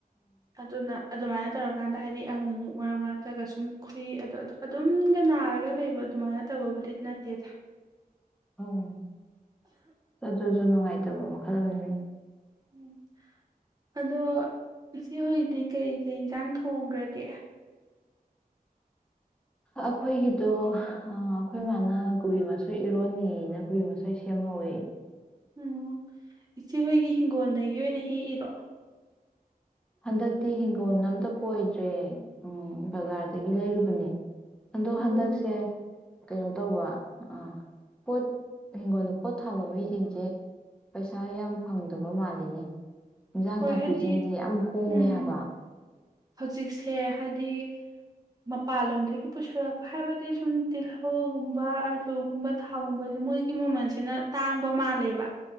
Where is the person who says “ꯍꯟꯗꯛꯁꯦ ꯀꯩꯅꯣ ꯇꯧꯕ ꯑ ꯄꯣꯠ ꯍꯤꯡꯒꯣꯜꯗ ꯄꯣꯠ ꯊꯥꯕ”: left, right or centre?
Centre